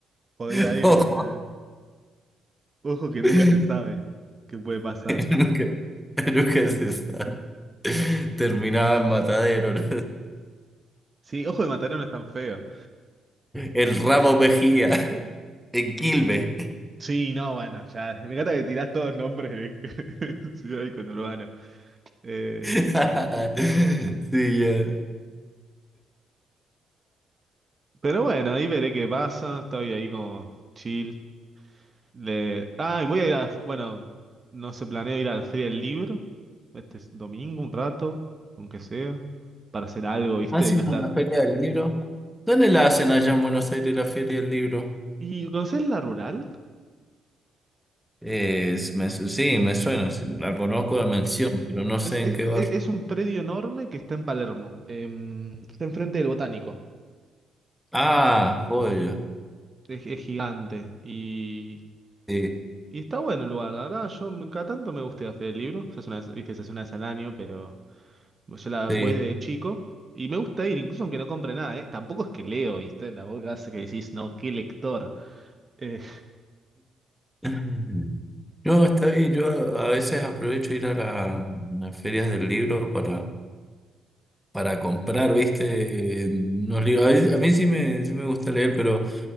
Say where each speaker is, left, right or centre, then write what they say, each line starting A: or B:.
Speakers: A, on the right (about 30°); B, in the centre.
A: Podría
B: <laughs>
A: ir
B: No.
A: tranquilamente. Ojo que nunca
B: <laughs>
A: se sabe qué puede pasar.
B: Nunca, nunca se sabe. Terminaba en Matadero. ¿no?
A: Sí, ojo de Mataró no es tan feo.
B: El Ramo Mejía. En Quilmes.
A: Sí, no, bueno, ya. Me encanta que tirás todos nombres de <laughs> ciudad y conurbano. Eh,
B: <laughs> Sí, ya.
A: pero bueno, ahí veré qué pasa. Estoy ahí como chill. Le... Ah, y voy a ir a. Bueno, no se planeo ir a la Feria del Libro. Este es domingo, un rato, aunque sea. Para hacer algo, ¿viste?
B: Haciendo
A: Y no estar.
B: la Feria del Libro. ¿Dónde la hacen allá en Buenos Aires la Feria del Libro?
A: ¿Y conoces la rural?
B: Es- me su- sí, me suena. sí, La conozco de mención, pero no sé
A: Es,
B: en
A: es-
B: qué
A: e,
B: barrio.
A: es- un predio enorme que está en Palermo. em, está enfrente del Botánico.
B: Ah, joya.
A: Es, es gigante. Y,
B: Sí,
A: y está bueno el lugar. La verdad, yo me- cada tanto me gusta ir a la Feria del Libro. Se hace una, vez- viste, se hace una vez al año, pero yo la
B: sí.
A: voy desde chico. Y me gusta ir, incluso aunque no compre nada, ¿eh? Tampoco es que leo, ¿viste? Tampoco hace que decís, no, qué lector. Eh,
B: <laughs> No, está bien. Yo a a veces aprovecho ir a la- las ferias del libro para, para comprar, ¿viste? Unos libros. A, veces- a mí sí me, sí me gusta leer, pero